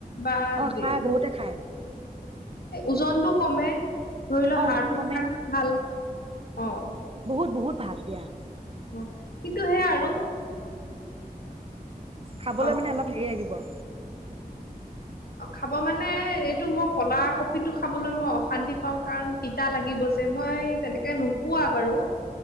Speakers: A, on the left; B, on the right.
A: বা
B: অ
A: দুয়
B: খাই বহুতে খাই
A: ওজনটো কমে ধৰি লওঁ
B: অ
A: হাৰ্টৰ
B: ওজন কমে
A: কাৰণেও ভাল অ'।
B: বহুত বহুত ভাল দিয়া।
A: অ', কিন্তু সেয়া আৰু
B: খাবলৈ
A: অ
B: মানে অলপ হেৰি লাগিব। <inaudible>
A: অ খাব মানে এইটো মোক কলা কফিটো খাবলৈ মই অশান্তি পাওঁ কাৰণ তিতা লাগিব যে মই তেনেকে নোখোৱা বাৰু।